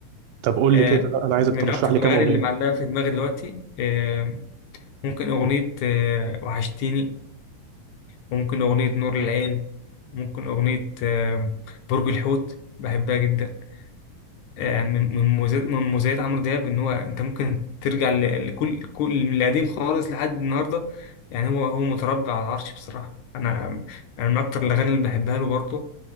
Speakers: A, on the right; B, on the left.
A: طب قول
B: آه،
A: لي كده لا، انا عايزك
B: من
A: ترشح
B: اكتر
A: لي
B: الاغاني
A: كام اغنيه
B: اللي معلقه في دماغي دلوقتي آه، ممكن اغنيه آه، وحشتيني وممكن اغنيه نور العين وممكن اغنيه آه، برج الحوت بحبها جدا آه، من من مميزات من مميزات عمرو دياب ان هو انت ممكن ترجع ل- لكل كل من القديم خالص لحد النهارده يعني هو هو متربع على العرش بصراحه انا انا من اكتر الاغاني اللي بحبها له برضه